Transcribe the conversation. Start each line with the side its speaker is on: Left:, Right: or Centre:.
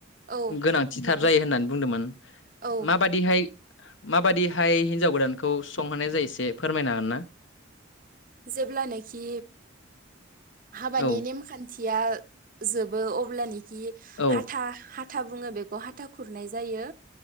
Right: औ
Left: गोनांथिथार जायो होननानै बुंदोंमोन
Right: औ
Left: माबादिहाय। माबादिहाय हिन्जाव गोदानखौ संहोनाय जायो एसे फोरमायनो हागोन ना?
Right: जेब्लानोखि हाबानि
Left: औ
Right: नेमखान्थिया जोब बो अब्लानोखि
Left: औ
Right: हाथा हाथा बुङो बेखौ हाथा खुरनाय जायो।